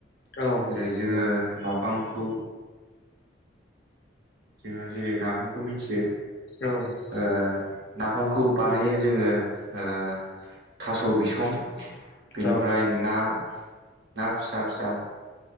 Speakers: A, on the left (about 60°); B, on the right (about 65°).
A: नंगौ
B: जेरै जोङो
A: नोंथां
B: न फामखौ जोंहा जेरै नाफामखौ मिथियो
A: औ
B: ओ नाफामखौ बानायो जोङो ओ थास' बिसं बेनिफ्राय
A: औ
B: ना ना फिसा फिसा